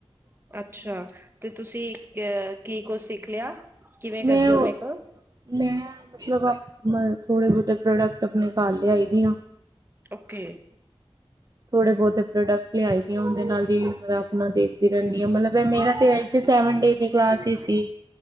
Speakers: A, on the right; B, on the right.
A: ਅੱਛਾ ਤੇ ਤੁਸੀਂ ਕੀ ਕੁਛ ਸਿੱਖ ਲਿਆ ਕਿਵੇਂ ਕਰਦੇ
B: ਮੈਂ ਓ
A: ਹੋ ਮੇਕਅਪ।
B: ਮੈਂ ਮਤਲਬ ਥੋੜੇ ਬਹੁਤੇ ਪ੍ਰੋਡਕਟ ਆਪਣੇ ਘਰ ਲਿਆਈ ਦੀ ਹਾਂ।
A: ਓਕੇ।
B: ਥੋੜੇ ਬਹੁਤੇ ਪ੍ਰੋਡਕਟ ਲਿਆਏ ਆ ਉਹਦੇ ਨਾਲ ਹੀ ਮੈ ਆਪਣਾ ਦੇਖਦੀ ਰਹਿੰਦੀ ਹਾਂ ਮਤਲਬ ਮੇਰਾ ਤੇ ਸੈਵਨ ਡੇ ਦੀ ਕਲਾਸ ਸੀ।